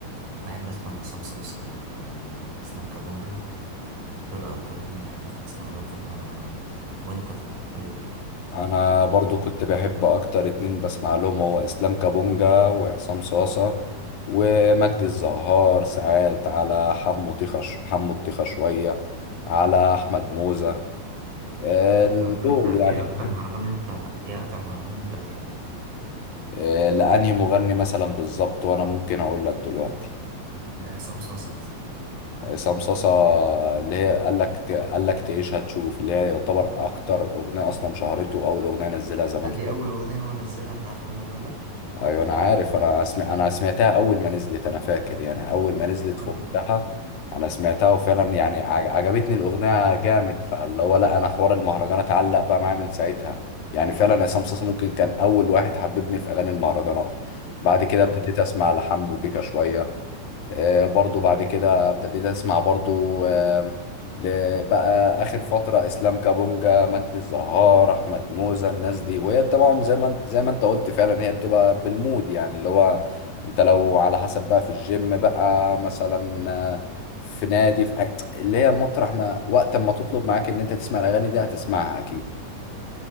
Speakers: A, on the right; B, on the left.
A: بحب اسمع لعصام صوصة واسلام كابونجا دول اكتر اتنين بحب اسمع لهم في المهرجانات يعني وانت طيب
B: انا برضو كنت بحب اكتر اتنين بسمع لهم هو اسلام كابونجا وعصام صاصة ومجدي الزهار ساعات على حمو طيخة ش- حمو الطيخة شوية على احمد موزة آه،
A: اه طب
B: دول
A: انت
B: يعني
A: ايه اكتر
B: فاهم
A: مهرجان انت ايه اكتر مهرجان انت بتحبه
B: آه، لانهي مغني مثلا بالظبط وانا ممكن اقول لك دلوقتي
A: لعصام صوصة مثلا
B: عصام صاصا اللي هي قال لك قال لك تعيش هتشوف اللي هي يعتبر اكتر اغنيه اصلا شهرته واول اغنيه نزلها زمان
A: ده دي
B: خالص
A: اول اغنية هو نزلها انت عارف الموضوع ده
B: ايوه انا عارف انا اسمع انا سمعتها اول ما نزلت انا فاكر يعني اول ما نزلت
A: وانا
B: في وقتها
A: برضه
B: انا سمعتها وفعلا يعني عج- عجبتني الاغنيه جامد فاللي هو لا انا حوار المهرجانات علق بقى معايا من ساعتها يعني فعلا عصام صاصا ممكن كان اول واحد حببني في اغاني المهرجانات بعد كده
A: أيوة.
B: ابتديت اسمع لحمو بيكا شويه آه، برضو بعد كده ابتديت اسمع برضو آه، ل- بقى اخر فتره اسلام كابونجا مجدي الزهار احمد موزة الناس دي وهي طبعا زي ما انت- زي ما انت قلت فعلا هي بتبقى بالمود يعني اللي هو انت لو على حسب بقى في الجيم بقى مثلا آه، في نادي في أي- اللي هي المطرح ما وقت ما تطلب معاك ان انت تسمع الاغاني دي هتسمعها اكيد